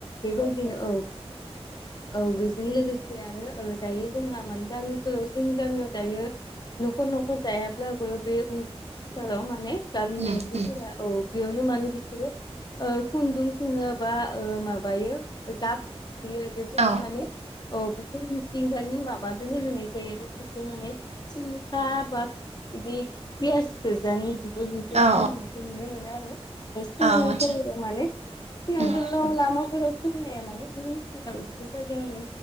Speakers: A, on the left; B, on the right.
A: बेबायदिनो औ। औ बेजों लोगोसे आरो ओ दायो जोंहा माने गामिफोराव जोंनि गामियाव दायो न'खर न'खर दायाब्लाबो बे <unintelligible> सालाव माने गामिनि
B: उम
A: आइजोफोरा
B: उम
A: औ बेयावनो माने बिसोरो ओ खुन्दुं खुङनो बाओ माबायो गाब होयो बेबायदि
B: औ
A: माने औ बेफोर मिथिंगानि माबाजों होनाय जायो आरो खायसे माने सिलिफा आबाद इदि पियास गोजानि बिगुर बेफोरजों
B: औ
A: होनायखौ नुनो मोनो आरो आरो सोंनायखौ
B: औ आतसा
A: माने सिगां
B: उम
A: गोलाव लामाखौ फोराव सोंनाया मानोे बे मेचिनाव एसे जायगायावनो